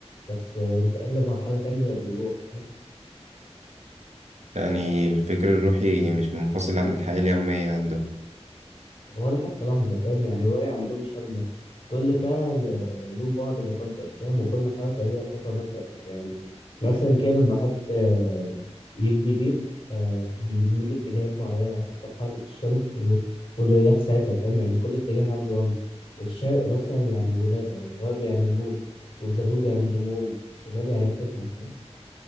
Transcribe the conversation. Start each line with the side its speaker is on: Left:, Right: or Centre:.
Left: بس انتقل لمرحلة تانية للروح فاهم
Right: يعني الفكر الروحي مش منفصل عن الحياة اليومية عندهم
Left: ولا حتى لحظة فاهم يعني الرؤية عندهم شاملة كل فعل آه، له بعد مقدس فاهم وكل حركة ليها طاقة مثلا يعني مثلا كان لما حد آه، يبني بيت آه، بيبنيه باتجاهات معينة حسب حركة الشمس و- والرياح ساعتها فاهم يعني كل اتجاه عنده رمز الشرق مثلا يعني ولادة والغرب يعني الموت والجنوب يعني النمو والشمال يعني حكمة فاهم